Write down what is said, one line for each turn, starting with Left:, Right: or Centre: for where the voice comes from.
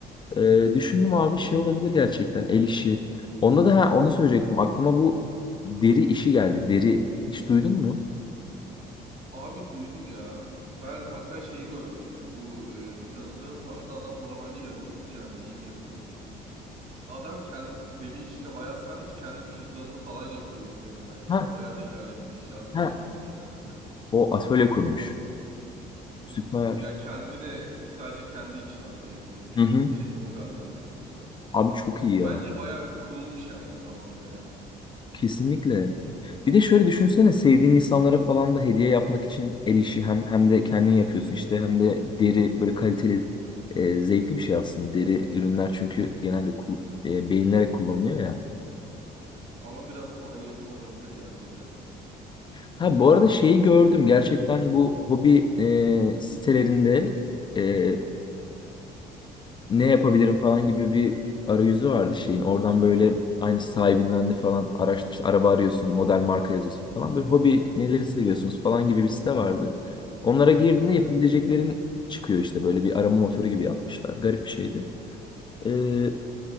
Left: Ee, düşündüm
Right: hı hı.
Left: abi şey olabilir gerçekten el işi. Onda da ha, onu söyleyecektim aklıma bu deri işi geldi. Deri hiç duydun mu?
Right: Abi duydum ya. Ben hatta şeyi görmüştüm. Bu e, bir tanıdığım vardı. Adam normalde yazılımcı yani iyi bir yazılımcı. Adam kendi deri işine bayağı sarmış. Kendi cüzdanını falan yapıyordu deriden yani.
Left: Ha,
Right: Bayağı da ilerletmiş. Atölye
Left: ha.
Right: kurmuş kendine.
Left: O atölye kurmuş.
Right: Hı hı.
Left: Süper.
Right: Ya kendine sadece kendi için atölye kurmuş
Left: Hı hı.
Right: yani. Şey hobi atölyesi gibi.
Left: Abi çok iyi
Right: O
Left: ya.
Right: bence bayağı cool bir şey aynı zamanda ya.
Left: Kesinlikle. Bir de şöyle düşünsene sevdiğin insanlara falan da hediye yapmak için el işi hem hem de kendin yapıyorsun işte hem de deri böyle kaliteli e, zevkli bir şey aslında deri ürünler çünkü genelde kul, e, beğenilerek kullanılıyor ya.
Right: Ha, Ama biraz maliyetli olabilir ya deri.
Left: Ha bu arada şeyi gördüm gerçekten bu hobi e, sitelerinde e, ne yapabilirim falan gibi bir arayüzü vardı şeyin. Oradan böyle aynı sahibinden de falan araştır. işte araba arıyorsun, model marka yazıyorsun falan. Böyle hobi neleri
Right: Hı hı.
Left: seviyorsunuz falan gibi bir site vardı. Onlara girdiğinde
Right: Evet.
Left: yapabileceklerin çıkıyor işte böyle bir arama motoru gibi yapmışlar. Garip bir şeydi.
Right: Hı hı.
Left: Ee,